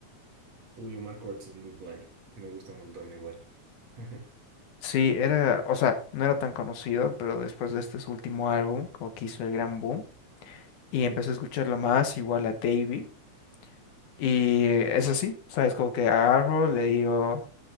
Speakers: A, on the right; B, on the left.
A: Uy, Omar Courtz es muy bueno. Me gusta un montón igual. <laughs>
B: Sí, era, o sea, no era tan conocido, pero después de este su último álbum, como que hizo el gran boom, y empecé a escucharlo más, igual a Davey. Y eh, es así, ¿sabes? Como que agarro, le digo,